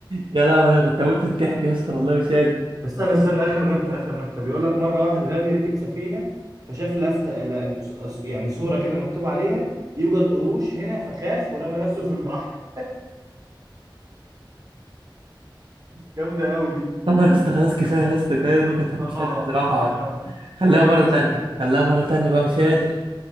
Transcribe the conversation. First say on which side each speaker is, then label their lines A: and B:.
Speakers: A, on the right (about 80°); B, on the right (about 45°).
A: يا لهوي انا كنت هموت من الضحك يا اسطى والله مش قادر
B: بس استنى استنى اخر نكته اخر نكته بيقول لك مره واحد غبي ركب سفينه فشاف لفته لا، ص- يعني صوره
A: <laughs>
B: كده مكتوب عليها يوجد قروش هنا فخاف ورمى نفسه في البحر جامده قوي دي
A: يا اسطى خلاص
B: بس-
A: كفاية يا اسطى كفاية نكت انا
B: اه
A: مش
B: اه
A: قادر بصراحة
B: اه
A: خليها
B: خلينا
A: مرة
B: يا اسطى
A: تانية
B: نبقى
A: خليها مرة تانية بقى
B: ماشي
A: مش قادر